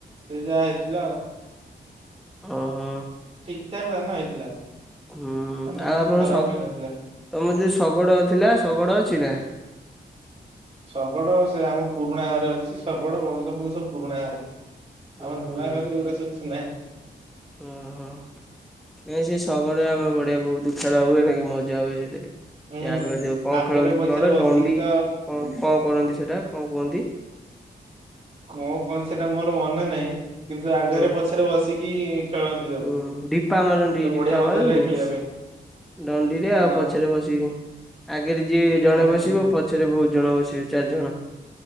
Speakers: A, on the right (about 35°); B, in the centre.
A: ସେ ଯାହା ହେଇଥିଲା ଆଉ।
B: ଓହୋ।
A: ଠିକ୍ ଠାକ୍ ଧାନ ହେଇଥିଲା।
B: ହୁଁ
A: ଧାନ
B: ଆଉ
A: କିଛି
B: ଆପଣ
A: ଖରାପ
B: ଶ
A: ହେଇନଥିଲା।
B: ତମର ଯୋଉ ଶଗଡ଼ ଥିଲା ଶଗଡ଼ ଅଛି ନା?
A: ଶଗଡ ସେ ଆମ ପୁରୁଣା ଘରେ ଅଛି, ଶଗଡ ବଳଦ ଫଳଦ ସବୁ ପୁରୁଣା ଘରେ।
B: ହୁଁ
A: ଆମ ନୂଆ
B: ହୁଁ
A: ଘରେ ଏଇଗୁରା ସବୁ କିଛି ନାହିଁ।
B: ଓହୋ ନାଇଁ ସେ ଶଗଡ଼ରେ ଆମେ ବଢିଆ ବହୁତ ଖେଳ ହୁଏ ନା କି ମଜା ହୁଏ ସେଥିରେ।
A: ହୁଁ
B: ଆଗ ଯୋଉ କଣ
A: ଆଗରେ
B: ଖେଳନ୍ତି
A: ପଛରେ
B: କିଆଡେ
A: ବସିକି
B: ଡଣ୍ଡି
A: ତ
B: କଣ-କଣ କରନ୍ତି ସେଇଟା କଣ କୁହନ୍ତି?
A: କଣ କୁହନ୍ତି ସେଟା ମୋର ମନେ ନାହିଁ, କିନ୍ତୁ ସେ ଆଗରେ
B: ହୁଁ
A: ପଛରେ ବସିକି ଖେଳନ୍ତି ଯୋଉ
B: ହୁଁ ଡିପା ମାରନ୍ତି
A: ତ
B: ଡିପା
A: ବଢିଆ ମଜା
B: ମାରନ୍ତିନି
A: ଲାଗେ ଖେଳିବା ପାଇଁ।
B: ଡଣ୍ଡିରେ
A: ହଁ
B: ଆଉ ପଛରେ ବସିକି। ଆଗେରେ ଯିଏ ଜଣେ
A: ହୁଁ
B: ବସିବ,
A: ହୁଁ
B: ପଛରେ ବହୁତ ଜଣ ବସିବେ ଚାରି ଜଣ।